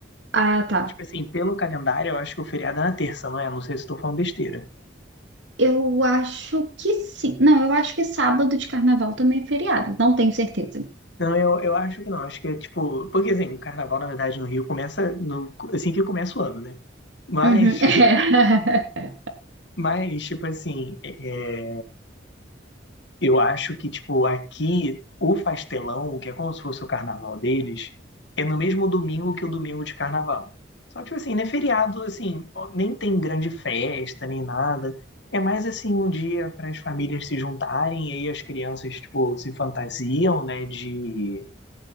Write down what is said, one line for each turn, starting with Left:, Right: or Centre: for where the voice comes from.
Right: Ah, tá.
Left: Tipo assim, pelo calendário, eu acho que o feriado é na terça, não é? Não sei se estou falando besteira.
Right: Eu acho que sim. Não, eu acho que sábado de carnaval também é feriado. Não tenho certeza.
Left: Não, eu, eu acho que não. Acho que é tipo. Porque assim, o carnaval, na verdade, no Rio começa no, assim que começa o ano, né? Mas,
Right: Uhum. <laughs> É.
Left: <laughs> mas tipo assim, é, é, eu acho que, tipo, aqui o Fastelão, que é como se fosse o carnaval deles, é no mesmo domingo que o domingo de carnaval. Só que, tipo assim, né, feriado, assim, nem tem grande festa, nem nada. É mais assim um dia para as famílias se juntarem e aí as crianças, tipo, se fantasiam, né, de